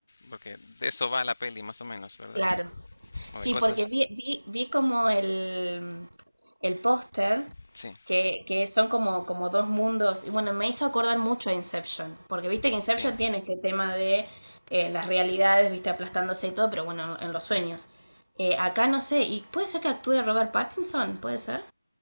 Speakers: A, on the left (about 30°); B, on the right (about 70°).
A: Porque de eso va la peli, más o menos, ¿verdad?
B: claro.
A: Como
B: Sí,
A: de cosas...
B: porque vi, vi, vi como el, el póster
A: Sí,
B: que, que son como, como dos mundos. Y bueno, me hizo acordar mucho a Inception, porque viste que Inception
A: sí.
B: tiene este tema de eh, las realidades, viste, aplastándose y todo, pero bueno, en los sueños. Eh, acá no sé, y puede ser que actúe Robert Pattinson, puede ser.